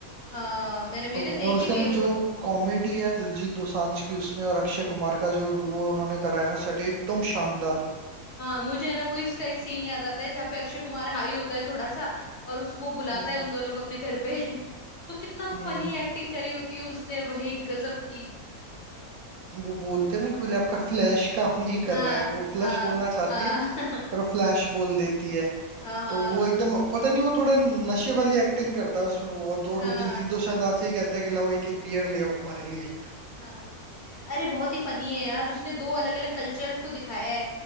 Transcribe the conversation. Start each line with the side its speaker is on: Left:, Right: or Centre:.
Left: हाँ मेरे मेरे
Right: तो
Left: देखी
Right: और उसके
Left: भी
Right: अंदर
Left: है वो
Right: जो
Left: तो
Right: कॉमेडी है दिलजीत दोसांझ की उसमें और अक्षय कुमार का जो डुओ उन्होंने करा है ना सेट एकदम शानदार
Left: हाँ मुझे है ना वो इसका एक सीन याद आता है जहाँ पे अक्षय कुमार हाई होता है थोड़ा सा और उस वो बुलाता
Right: हम्म
Left: है उन दोनों को अपने घर पे <laughs> तो कितना
Right: हम्म
Left: फनी एक्टिंग करी होती है उसने वही गजब की
Right: वो बोलते हैं ना कि बोले आपका फ्लैश <laughs> काम नहीं
Left: हाँ
Right: कर रहा है वो फ्लश
Left: हाँ
Right: बोलना चाहती
Left: हाँ
Right: है
Left: <laughs>
Right: पर वो फ्लैश बोल देती है
Left: हाँ हाँ
Right: तो वो एकदम पता नहीं वो थोड़ा नशे वाली एक्टिंग करता है उसमें वो और दो
Left: हाँ
Right: वो दिलजीत दोसांझ से ही कहता है कि लाओ एक एक बियर ले आओ हमारे लिए
Left: हाँ अरे बहुत ही फनी है यार उसने दो अलग अलग कल्चर्स को दिखाया है